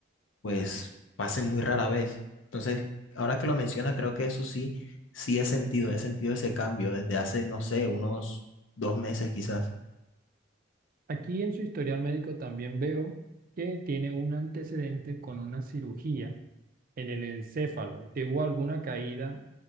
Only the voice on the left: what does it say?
pues, pase muy rara vez. Entonces, ahora que lo menciona, creo que eso sí, sí he sentido, he sentido ese cambio desde hace, no sé, unos dos meses quizás.